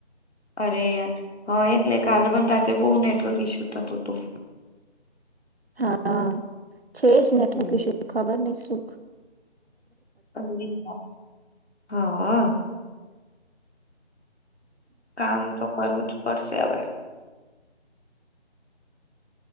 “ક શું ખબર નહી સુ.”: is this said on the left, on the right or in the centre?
Right